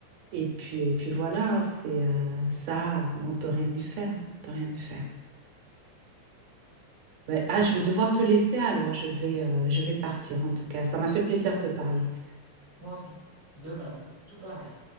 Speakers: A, on the right; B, on the right.
A: Et puis, et puis voilà, hein, c'est euh, ça, on peut rien y faire, on peut rien y faire. Ouais. Ah, je vais devoir te laisser alors, je vais, euh, je vais partir en tout cas. Ça m'a fait plaisir de te parler.
B: Moi aussi, de même, tout pareil.